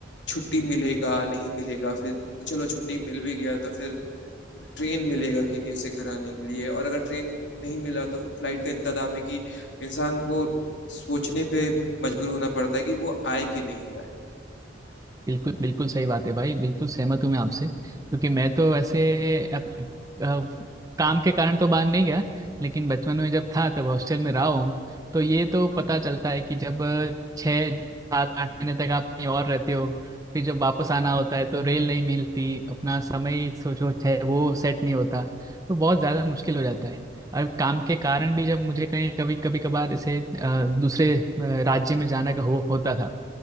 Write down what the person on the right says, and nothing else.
बिल्कुल बिल्कुल सही बात है भाई बिल्कुल सहमत हूँ मैं आपसे क्योंकि मैं तो वैसे अप, अप, काम के कारण तो बाहर नहीं गया लेकिन बचपन में जब था तब हॉस्टल में रहा हूँ तो ये तो पता चलता है कि जब अ, छः सात आठ महीने तक आप कहीं और रहते हो फिर जब वापस आना होता है तो रेल नहीं मिलती अपना समय सोचो है वो सेट नहीं होता तो बहुत ज़्यादा मुश्किल हो जाता है और काम के कारण भी जब मुझे कहीं कभी कभी कभार जैसे अ, दूसरे अ, राज्य में जाना का हो, होता था